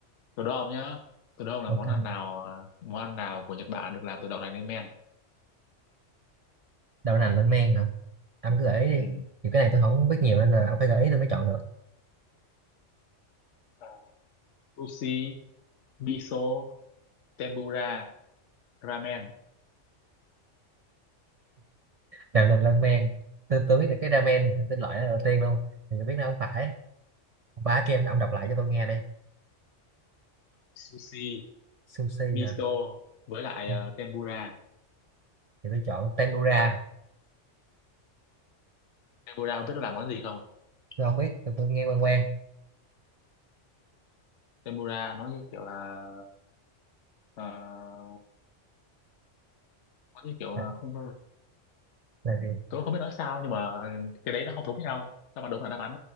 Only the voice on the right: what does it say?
ok
đậu nành lên men hả ông cứ gợi ý đi
nhiều cái này tôi không biết nhiều nên là ông phải gợi ý tôi mới chọn được
đợt làm ramen tôi, tôi biết được cái ramen
tên loại đó đầu tiên luôn thì tôi biết nó không phải ba kem ông đọc lại cho tôi nghe đây
sushi
hả
Ừ,
thì tôi chọn tempura
tôi không biết tôi, tôi nghe quen quen
là,
là gì